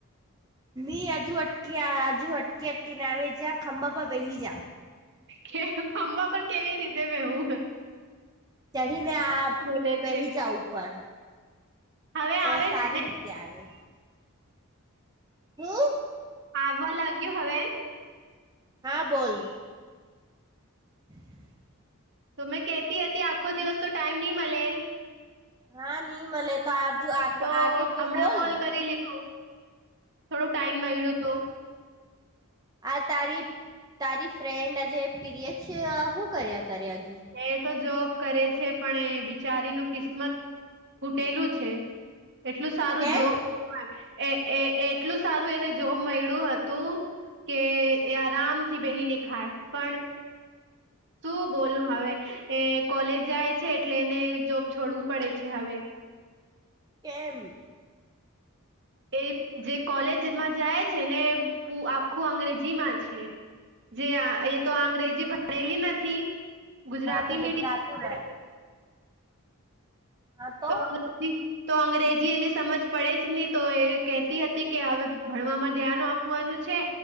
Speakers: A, on the right; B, on the right.
A: મી આજુ અટકી આજુ અટકી અટકી નાવેજા ખંબબ બહી જા.
B: કે ખંભા પણ કેવી રીતે બેવું.
A: ચઢીને આ
B: બોલે
A: બેહી
B: છે
A: જા ઉપર
B: હવે
A: તો
B: આવે
A: સારી.
B: છે ને
A: આવે શું.
B: હાલવા લાગ્યું હવે.
A: હા બોલ. <inaudible>
B: તો મેં કતી હતી આખો દિવસ તો ટાઈમ નહી મળે.
A: હા નહી મળલે તો આજુ આગ
B: તો
A: આગે તો
B: હમણાં
A: બોલ.
B: કોલ લીધું થોડું ટાઈમ મળ્યું તુ.
A: તો આ તારી. તારી ફ્રેન્ડ આજે પીરિયડ છે શું કર્યા કરે હજુ.
B: એ તો જોબ કરે છે પણ એ બિચારીનું કિસ્મત ફૂટેલું છે એટલું સારું
A: કેમ
B: જોબ એ એ એટલું સારું એને જોબ મળ્યું હતું. કે એ આરામથી બેહીને ખાય પણ શું બોલું હવે એ કોલેજ જાય છે એટલે એને જોબ છોડવું પડે છે હવે.
A: કેમ.
B: એ જે કોલેજમાં જાય છે ને આખું અંગ્રેજી માં છે. જે એ તો અંગ્રેજી ભણેલી નથી ગુજરાતી
A: હા તો
B: મીડિયમ
A: ગુજરાતી
B: વાડી.
A: બટ હા. તો
B: તોથી તો અંગ્રેજી એની સમજ પડે જ નહી તો એ કહેતી હતી કે હવે ભણવામાં ધ્યાન આપવુ કવાનું છે